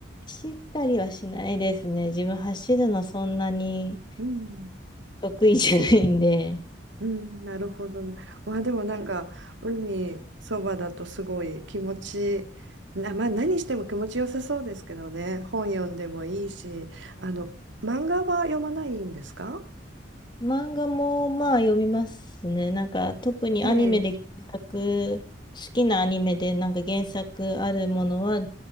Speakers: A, on the left (about 25°); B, on the right (about 75°).
A: 走ったりはしないですね。自分走るのそんなに
B: うん。
A: 得意じゃないんで。
B: うん、なるほどな。まあでもなんか、海そばだとすごい気持ち、な、まあ何しても気持ちよさそうですけどね。本読んでもいいし、あの、漫画は読まないんですか
A: 漫画もまあ読みますね。なんか特にアニメで原作、
B: ええ。
A: 好きなアニメでなんか原作あるものは